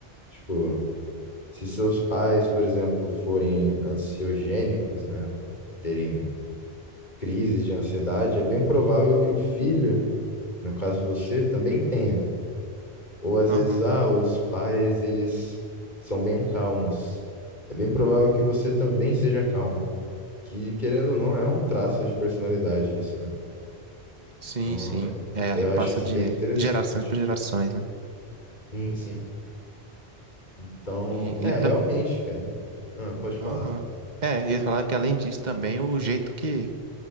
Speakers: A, on the left; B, on the right.
A: Tipo, se seus pais, por exemplo, forem ansiogênicos, né, terem crises de ansiedade, é bem provável que o filho, no caso você, também tenha. Ou às
B: aham,
A: vezes, ah, os pais, eles são bem calmos. É bem provável que você também seja calmo. Que, querendo ou não, é um traço de personalidade isso, né?
B: sim,
A: Então,
B: sim, é,
A: eu
B: aí passa
A: acho isso
B: de
A: bem interessante.
B: gerações para gerações, né,
A: Sim, sim. Então,
B: e, e
A: é, realmente, cara. Ah, pode falar.
B: Aham. É, ia falar que além disso também o jeito que,